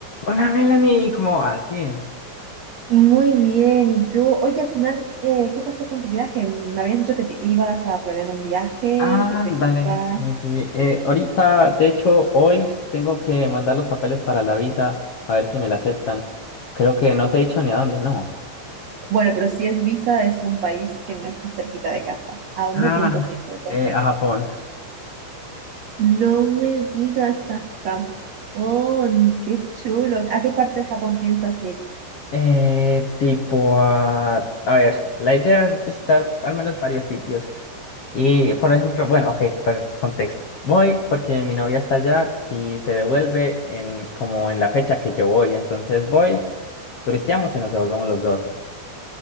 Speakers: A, on the left; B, on the right.
A: Hola Melanie, ¿cómo vas? Bien.
B: Muy bien, ¿y tú? Oye, al final, eh, ¿qué pasó con tu viaje? Me habías dicho que te ibas a planear un viaje,
A: Ah,
B: que te
A: dale.
B: ibas...
A: Sí, sí. Eh, ahorita, de hecho, hoy tengo que mandar los papeles para la visa, a ver si me la aceptan. Creo que no te he dicho ni a dónde, no.
B: Bueno, pero si es visa, es un país que no está cerquita de casa. ¿A dónde
A: Ah,
B: piensas ir? Pero Cuéntame.
A: Eh, a Japón.
B: No me digas a Japón, qué chulo. ¿A qué parte de Japón piensas ir?
A: Eh, tipo a... A ver, la idea es visitar al menos varios sitios. Y, por ejemplo, bueno, ok, pa- contexto. Voy porque mi novia está allá y se devuelve en, como en la fecha que yo voy. Entonces voy, turisteamos y nos devolvemos los dos.